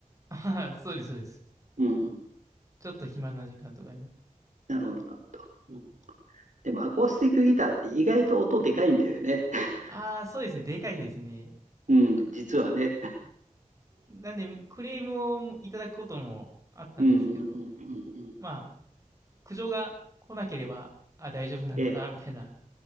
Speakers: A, on the right (about 25°); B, on the right (about 65°).
A: あははそうです、そうです。
B: うん。
A: ちょっと暇な時間とかに。
B: なるほど、なるほど。うん、でも、アコースティックギターって意外と音でかいんだよね。<laughs>
A: ああ、そうですね。でかいですね。
B: うん、実はね。
A: なんで、クレームをいただくこともあったんですけど、
B: うんうんうんうんうん。
A: まあ、苦情が来なければ、あ、大丈夫なんだな、
B: ええ。
A: みたいな